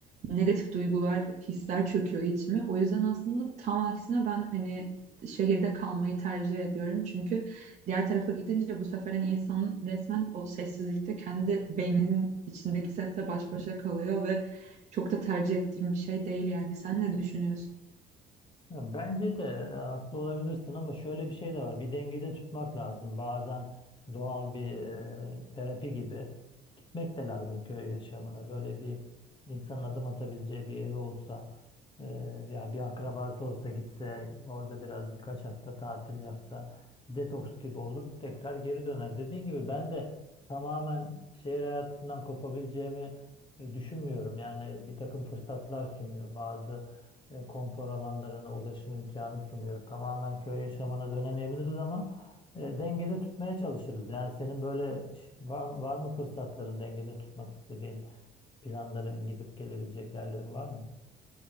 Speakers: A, on the right (about 45°); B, on the left (about 30°).
A: negatif duygular, hisler çöküyor içime. O yüzden aslında tam aksine ben hani şehirde kalmayı tercih ediyorum. Çünkü diğer tarafa gidince bu sefer hani insan resmen o sessizlikte kendi beyninin içindeki sesle baş başa kalıyor ve çok da tercih ettiğim bir şey değil yani. Sen ne düşünüyorsun?
B: Ya Bence de e, haklı olabilirsin ama şöyle bir şey de var. Bir dengede tutmak lazım. Bazen doğal bir e, terapi gibi gitmek de lazım köy yaşamına. Böyle bir insanın adım atabileceği bir evi olsa e, veya bir akrabası olsa gitse orada biraz birkaç hafta tatil yapsa bir detoks gibi olur tekrar geri döner. Dediğin gibi ben de tamamen şehir hayatından kopabileceğimi e, düşünmüyorum. Yani bir takım fırsatlar sunuyor bazı e, konfor alanlarına ulaşım imkanı sunuyor. Tamamen köy yaşamına dönemeyebiliriz ama e, dengede tutmaya çalışırız. Yani senin böyle hiç var, var mı fırsatların dengede tutmak istediğin planların gidip gelebilecek yerlerin var mı?